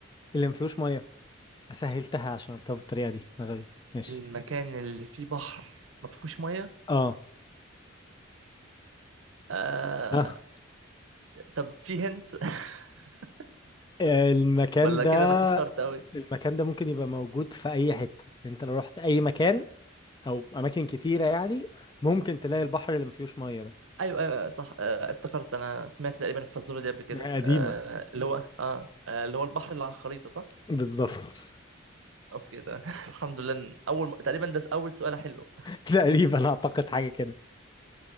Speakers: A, on the left; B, on the right.
A: اللي ما فيهوش ميه سهلتها عشان قلتها بالطريقة دي أنا غبي ماشي
B: المكان اللي فيه بحر ما فيهوش ميه
A: اه
B: آه...
A: اه
B: طب فيه هنت <laughs>
A: <laughs> المكان
B: ولا
A: ده
B: كده انا كترت قوي
A: المكان ده ممكن يبقى موجود في اي حتة انت لو رحت اي مكان او اماكن كتيره يعني ممكن تلاقي
B: مم.
A: البحر اللي ما فيهوش ميه ده
B: ايوه ايوه صح آه... افتكرت انا سمعت تقريبا الفزوره دي قبل كده
A: قديمه
B: آه... اللي هو اه آه، اللي هو البحر اللي على الخريطه صح
A: بالظبط
B: اوكي تمام <laughs> الحمد لله إن اول م- تقريبا ده اول سؤال حلو
A: <laughs> تقريبا اعتقد حاجه كده